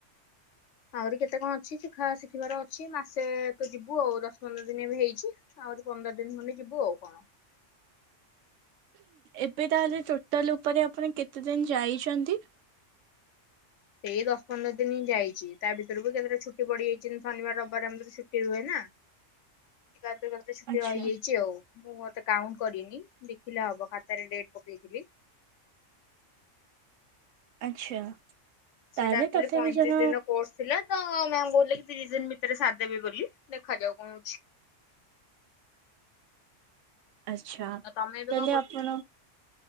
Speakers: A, on the left (about 70°); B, on the right (about 75°).
A: <inaudible> ଆହୁରି କେତେ କଣ ଅଛି ଶିଖା ଶିଖିବାର ଅଛି ମାସେ ତ ଯିବୁ ଆଉ ଦଶ ପନ୍ଦର ଦିନି ଏବେ ହେଇଚି। ଆହୁରି ପନ୍ଦର ଦିନି ଖଣ୍ଡେ ଯିବୁ ଆଉ କଣ।
B: ଏବେ ତାହେଲେ ଟୋଟାଲ ଉପରେ ଆପଣ କେତେ ଦିନ ଯାଇଛନ୍ତି।
A: ଏଇ ଦଶ ପନ୍ଦର ଦିନି ଯାଇଚି, ତା ଭିତରୁ ବି କେତେଟା ଛୁଟି ପଡ଼ି ଯାଇଚି, ଶନିବାର ରବିବାର ଆମର ଛୁଟି ରୁହେ ନା। <unintelligible> ଗୋଟେ ଛୁଟି
B: ଆଚ୍ଛା
A: ରହିଯାଇଛି ଆଉ, ମୁଁ ହୁଏତ କାଉଣ୍ଟ କରିନି ଦେଖିଲେ ହବ ଖାତାରେ ଡେଟ୍ ପକେଇଥିଲି।
B: ଆଚ୍ଛା।
A: ସେଇଟା
B: ତାହେଲେ
A: ଆକ୍ଚୁଆଲି
B: ତଥାପି
A: ପଇଁତିରିଶ
B: ଜଣ
A: ଦିନ କୋର୍ସ ଥିଲା। ତ ମ୍ୟାାମ କହୁଥିଲେ କି ତିରିଶ ଦିନ ଭିତରେ ସାରି ଦେବି ବୋଲି ଦେଖାଯାଉ କଣ ହୋଉଚି।
B: ଆଚ୍ଛା
A: ଆଉ ତମେ ଏବେ
B: ତାହେଲେ
A: କଣ କରୁ
B: ଆପଣ